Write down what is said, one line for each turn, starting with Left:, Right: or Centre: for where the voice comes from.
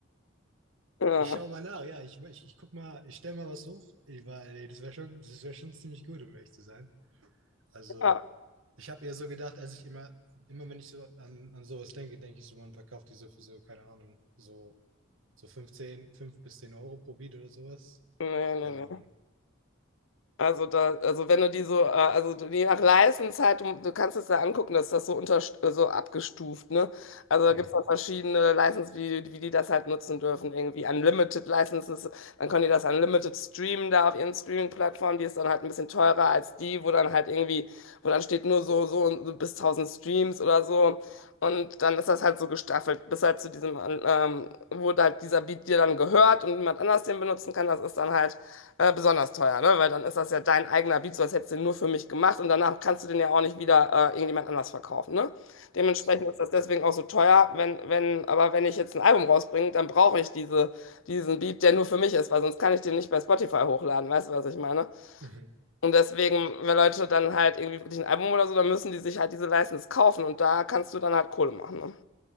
Left: <laughs>
Right: ich schaue mal nach, ja, ich, ich, ich guck mal, ich stelle mal was hoch, ich, weil das wäre schon, das wäre schon ziemlich gut, um ehrlich zu sein. Also
Left: Ja, ja,
Right: ich habe eher so gedacht, als ich immer, immer wenn ich so an, an sowas denke, denke ich so, man verkauft die so für so, keine Ahnung, so, so fünfzehn 5 bis 10 Euro pro Beat oder sowas.
Left: nee,
Right: Keine
Left: nee,
Right: Ahnung.
Left: nee. Also da, also wenn du die so, äh, also du- je nach License halt, du, du kannst es da angucken, dass das so unter, so abgestuft, ne? Also da
Right: Mhm.
Left: gibt es dann verschiedene License, wie, wie die das halt nutzen dürfen, irgendwie Unlimited Licenses, dann können die das Unlimited streamen da auf ihren Streaming-Plattformen, die ist dann halt ein bisschen teurer als die, wo dann halt irgendwie, wo dann steht nur so, so, und so bis 1000 Streams oder so. Und dann ist das halt so gestaffelt, bis halt zu diesem, ähm, wo halt dieser Beat dir dann gehört und niemand anders den benutzen kann, das ist dann halt äh, besonders teuer, ne? Weil dann ist das ja dein eigener Beat, so als hättest du den nur für mich gemacht und danach kannst du den ja auch nicht wieder äh, irgendjemand anders verkaufen, ne? Dementsprechend
Right: So.
Left: ist das deswegen auch so teuer, wenn, wenn, aber wenn ich jetzt ein Album rausbringe, dann brauche ich diese, diesen Beat, der nur für mich ist, weil sonst kann ich den nicht bei Spotify hochladen, weißt du, was ich meine?
Right: Mhm.
Left: Und deswegen, wenn Leute dann halt irgendwie wirklich ein Album oder so, dann müssen die sich halt diese License kaufen und da kannst du dann halt Kohle machen,